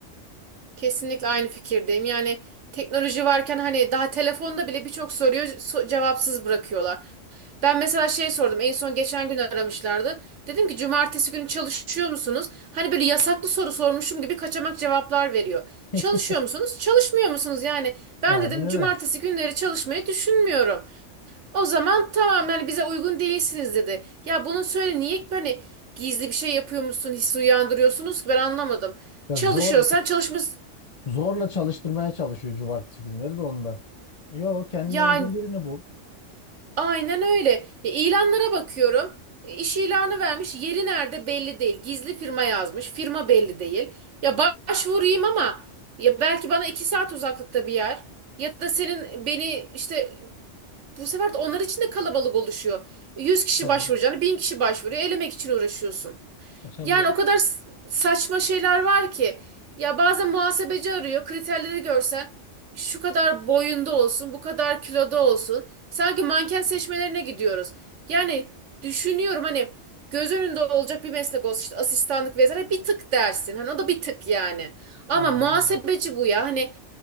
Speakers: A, on the right (about 70°); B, on the left (about 30°).
A: Kesinlikle aynı fikirdeyim. Yani teknoloji varken hani daha telefonda bile birçok soruyu so- cevapsız bırakıyorlar. Ben mesela şey sordum. En son geçen gün aramışlardı. Dedim ki cumartesi günü çalışıyor musunuz? Hani böyle yasaklı soru sormuşum gibi kaçamak cevaplar veriyor.
B: <laughs>
A: Çalışıyor musunuz? Çalışmıyor musunuz? Yani ben
B: Aynen
A: dedim
B: öyle.
A: cumartesi günleri çalışmayı düşünmüyorum. O zaman tamam yani bize uygun değilsiniz dedi. Ya bunu söyle niye hani gizli bir şey yapıyormuşsun hissi uyandırıyorsunuz ki ben anlamadım.
B: Ya
A: Çalışıyorsan
B: zor
A: çalışma
B: Zorla çalıştırmaya çalışıyor cumartesi günleri de onda. Yo kendine
A: Yani
B: uygun birini bul.
A: aynen öyle. E, İlanlara bakıyorum. E, İş ilanı vermiş. Yeri nerede belli değil. Gizli firma yazmış. Firma belli değil. Ya başvurayım ama ya belki bana iki saat uzaklıkta bir yer. Ya da senin beni işte bu sefer de onlar için de kalabalık oluşuyor. 100 kişi
B: Tabii
A: başvuracağını
B: canım.
A: 1000 kişi başvuruyor. Elemek için uğraşıyorsun.
B: E, tabii
A: Yani
B: canım.
A: o kadar s- saçma şeyler var ki. Ya bazen muhasebeci arıyor. Kriterleri görsen şu kadar boyunda olsun, bu kadar kiloda olsun. Sanki manken seçmelerine gidiyoruz. Yani düşünüyorum hani göz önünde olacak bir meslek olsun işte asistanlık vesaire bir tık dersin. Hani o da bir tık yani. Ama
B: Aynen
A: muhasebeci
B: öyle.
A: bu ya. Hani